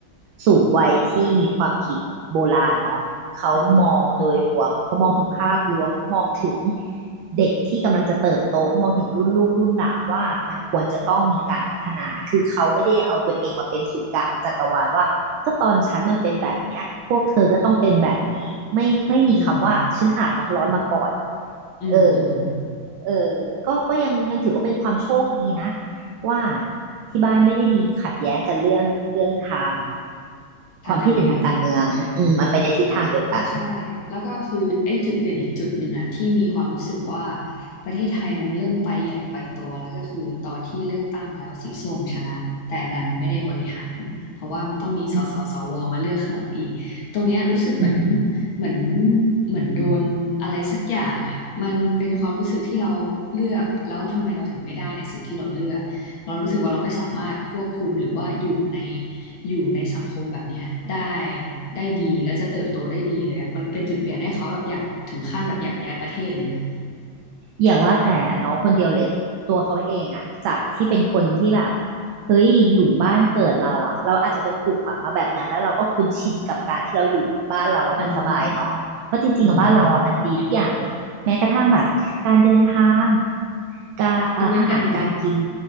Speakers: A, on the right; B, on the left.
A: สูงวัยที่มีความคิดโบราณเนาะเขามองโดยรวมเขามองถึงภาพรวมเขามองถึง
B: อือหือ
A: เด็กที่กำลังจะเติบโตเขามองถึงรุ่นลูกรุ่นหลานว่ามันควรจะต้องมีการพัฒนาคือเขาไม่ได้เอาตัวเองมาเป็นศูนย์กลางของจักรวาลว่าก็ตอนฉันมันเป็นแบบเนี้ยพวกเธอก็ต้องเป็นแบบนี้ไม่ไม่มีคำว่าฉันอาบน้ำร้อนมาก่อน
B: อืมอืมอืม
A: เออ เออก็ก็ยังยังถือว่าเป็นความโชคดีนะ ว่าที่บ้านไม่ได้มีขัดแย้งกันเรื่องเรื่องทาง
B: ทางการเมือง
A: ความคิดเห็นทางการเมืองอืมมันไปในทิศทางเดียวกัน
B: เออก็ใช่แล้วก็คือไอ้จุดเปลี่ยนอีกจุดหนึ่งอะที่มีความรู้สึกว่าประเทศไทยมันเริ่มไปใหญ่ไปโตแล้วก็คือตอนที่เลือกตั้งแล้วสีส้มชนะแต่ดันไม่ได้บริหารเพราะว่าต้องมีสสสวมาเลือกข้างหลังอีกตรงเนี้ยรู้สึกเหมือน
A: อืมอืม
B: เหมือนเหมือนโดนอะไรสักอย่างอะมันเป็นความรู้สึกที่เราเลือกแล้วทำไมเราถึงไม่ได้ในสิ่งที่เราเลือกเรารู้สึกว่าเราไม่สามารถควบคุมหรือว่าอยู่ใน อยู่ในสังคมแบบเนี้ยได้ได้ดีแล้วจะเติบโตได้ดีเลยอ่ะมันเป็นจุดเปลี่ยนให้เขาแบบอยากถึงขั้นแบบอยากย้ายประเทศเลยนะ
A: อย่าว่าแต่น้องคนเดียวเลยตัวเขาเองอะจากที่เป็นคนที่แบบเฮ้ยอยู่บ้านเกิดเราอะเราอาจจะโดนปลูกฝังมาแบบนั้นแล้วเราก็คุ้นชินกับการที่เราอยู่บ้านเราแล้วมันสบายเนาะเพราะจริงๆอะบ้านเราอะมันดีทุกอย่างเลยแม้กระทั่งแบบการเดินทาง
B: อือหืออืม
A: การเอ่ออาหารการกิน
B: ยกเว้นการเมือง